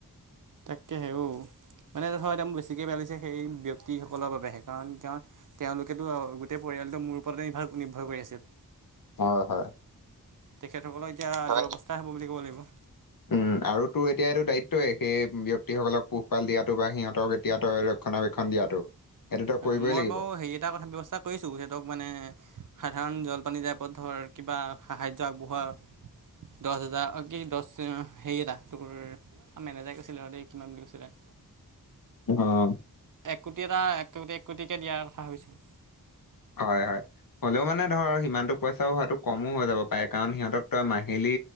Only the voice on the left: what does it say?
হয় হয়
উম আৰু তোৰ এতিয়া এইটো দায়িত্বই সেই ব্যয়ক্তিসকলক পোহপাল দিয়াতো বা সিহঁতক এতিয়া। ৰক্ষণাবেক্ষণ দিয়াটো। এইটো তই কৰিবই
লাগিব।
অঁ।
হয়, হয়। হ'লেও মানে ধৰ সিমানতো পইচাও হোৱাাতটো কমো হৈ যাব পাৰে কাৰণ সিহঁতক তই মাহিলী